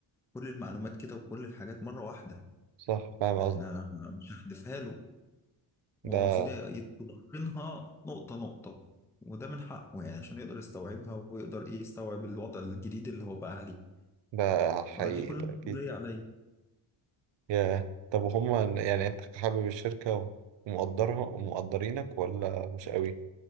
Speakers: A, in the centre; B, on the right.
A: كل المعلومات كده وكل الحاجات مرة واحدة
B: صح فاهم قصدي
A: احنا مش هندفها له هو
B: ده
A: المفروض يتقنها نقطة نقطة وده من حقه يعني عشان يقدر يستوعبها ويقدر ايه يستوعب الوضع الجديد اللي هو بقى عليه
B: ده حقيقي
A: فدي كلها
B: ده
A: مسؤولية
B: اكيد
A: عليا
B: يا طب وهم يعني انت حابب الشركة ومقدرها ومقدرينك ولا مش قوي